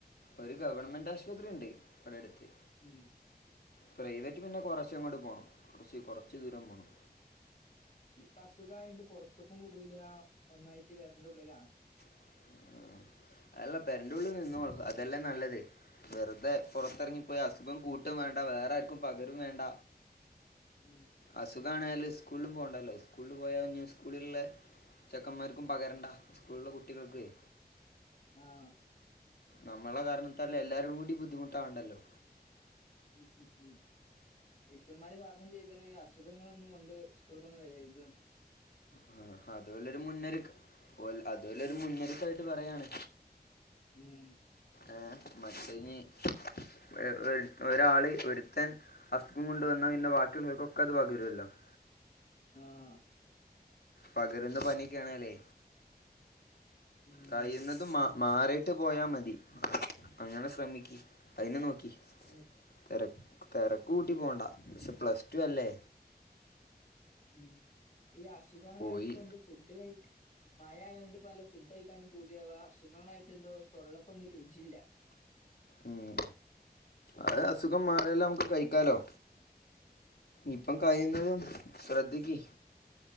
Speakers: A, on the left; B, on the left.
A: ഒരു ഗവൺമെന്റ് ആശുപത്രി ഉണ്ട് ഇവിടെ അടുത്ത്
B: ഉം
A: പ്രൈവറ്റ് പിന്നെ കൊറച്ചങ്ങോട്ട് പോണം കൊറച്ച് കൊറച്ച് ദൂരം പോണം
B: ഇപ്പ അസുഖായോണ്ട് പൊറത്തക്കും വിടൂല ഒന്നായിട്ട് പെരെന്റെറെ ഉള്ളിലാണ്
A: ആഹ് <unintelligible> ഉള്ളിൽ നിന്നോളു അതല്ലേ നല്ലത് വെറുതെ പുറത്തിറങ്ങിപ്പോയി
B: ആ.
A: അസുഖം കൂ ട്ടും വേണ്ട വേരാർക്കും പകരും വേണ്ട
B: ഉം.
A: അസുഖാണ് സ്കൂളും പോകണ്ടല്ലോ സ്കൂളിൽ പോയാ പിന്നെ സ്കൂളിലുള്ള ചെക്കന്മാർക്കും പകരണ്ട സ്കൂളിലെ കു കുട്ടികൾക്കുമെ
B: ആഹ്
A: നമ്മളുടെ കാരണത്താൽ എല്ലാരും കൂടി ബുദ്ധിമുട്ടാവണ്ടല്ലോ
B: മ് മ് മ് ടീച്ചർമാര് പറഞ്ഞും ചെയ്തിന് അസുഖങ്ങളൊന്നും കൊണ്ട് സ്കൂള്ക്കൊന്നും വരരുതെന്നു
A: ആ അതുമല്ലൊരു മുന്നൊരുക്കം അതുമല്ലൊരു മുന്നൊരുക്കായിട്ട് പറയാണ്
B: ഉം.
A: ആ മറ്റേന് ഒ ഒ ഒരാള് ഒരുത്തൻ അസുഖം കൊണ്ട് വന്ന പിന്നെ ബാക്കിയുള്ളവർക്കൊക്കെ അത് പകരുല്ലോ <inaudible>
B: ആഹ്
A: പകരുന്ന പനിയൊക്കെയാണല്ലേ
B: ഉം.
A: കഴിയുന്നതും മാ മാറിയിട്ട് പോയാ മതി അങ്ങനെ ശ്രമിക്കി അതന്നെ നോക്കി
B: മ്
A: തിര തിരക്ക് കൂട്ടി പോണ്ട പക്ഷെ പ്ലസ് ടു അല്ലേ
B: ഉം ഈ അസുഖങ്ങളായിട്ട്
A: പോയി
B: ഇപ്പൊ എന്ത് ഫുഡ് കഴിക്ക് മഴ ആയൊണ്ട് പല ഫുഡ് കഴിക്കാനും പൂതിയാവാ അസുഖങ്ങളായിട്ട് എന്തോ തൊള്ളക്കൊന്നും രുചില്ല
A: ഉം അത് അസുഖം മാറിയെല്ലാം നമുക്ക് കഴിക്കാലോ ഇപ്പം കഴിയുന്നതും ശ്രദ്ധിക്കു